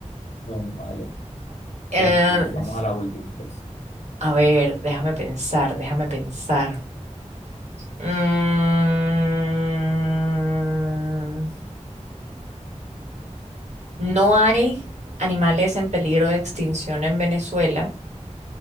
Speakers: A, on the left; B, on the right.
A: Bueno, vale.
B: Eh,
A: Este, vamos a la última pues.
B: A ver, déjame pensar, déjame pensar. Mm, no hay animales en peligro de extinción en Venezuela.